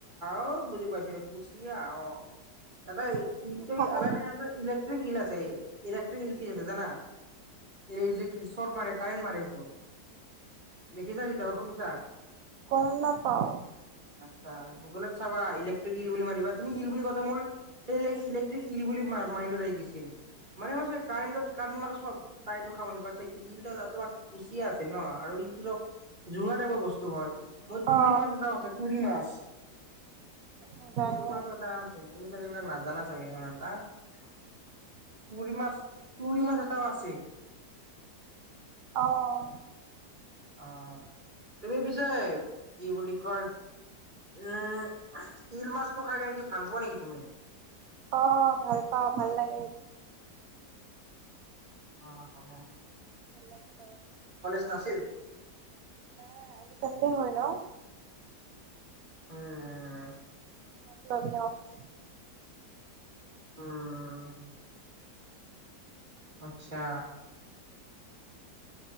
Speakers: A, on the right; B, on the right.
A: অ বুজি পাইছিলো। কুচিয়া অ দাদা
B: সেইটো
A: ইটো
B: খাওঁ
A: আন এটা আছে ইলেক্ট্ৰিক ইল আছে। ইলে্ট্ৰিক ইল আ জানা এই শৰ্ট মাৰে কাৰেণ্ট মাৰে সেইটো দেখিছা কেতিয়াবা শুনিছা?
B: গম নাপাওঁ
A: আচ্ছা গগলত চাবা ইলেক্ট্ৰিক ইল বুলি মাৰিবা তুমি ইল বুলি ক মই ইলেক্ট্ৰিক ইল বুলি মাইণ্ডত আহি গৈছিল। মানে মই <unintelligible> কাৰেণ্ট কাৰেণ্ট মাৰ চব তাই এইটো খাব নেকি অ আচ্ছা ইল তোমাৰ কুচিয়া আছিল ন আৰু ইলটো জুঙা টাইপৰ বস্তু হয়। তুৰি
B: অ
A: মা এটাও আছে তুৰি মাছ। বচ
B: নাজানো
A: <unintelligible> পুৰি মাছৰত আছিল। তুমি চাগে এইবলাক নাজানা চাগে ইমান এটা। তুৰি মাছ তুৰি মাছ এটাও আছে।
B: আহ
A: অ তুমি পিছে কি বুলি কয় উম ইল মাছটোৰ খাই কেনে কি ভাল পোৱা নেকি তুমি?
B: অ ভাল পাও, ভাল লাগে।
A: অ অ।
B: <inaudible>
A: নাছিল?
B: আহ আজি চডে হয় ন।
A: উম।
B: <unintelligible> অফিচ
A: উম আচ্ছা